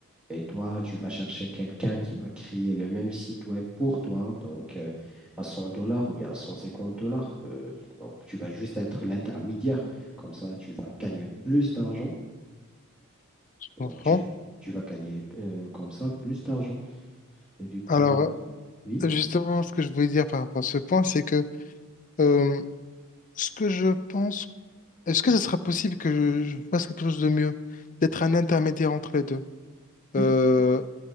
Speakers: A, in the centre; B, on the left.
A: et toi, tu vas chercher quelqu'un qui va créer le même site web pour toi, donc euh, à 100 dollars ou bien à 150 dollars. euh, donc, tu vas juste être l'intermédiaire. Comme ça, tu vas gagner plus d'argent.
B: Je
A: Donc,
B: comprends.
A: tu, tu vas gagner euh, comme ça plus d'argent. Et du coup,
B: Alors
A: euh, oui,
B: justement, ce que je voulais dire par rapport à ce point, c'est que euh, ce que je pense, est-ce que ce sera possible que je, je fasse quelque chose de mieux? D'être un intermédiaire entre les deux.
A: oui,
B: Euh,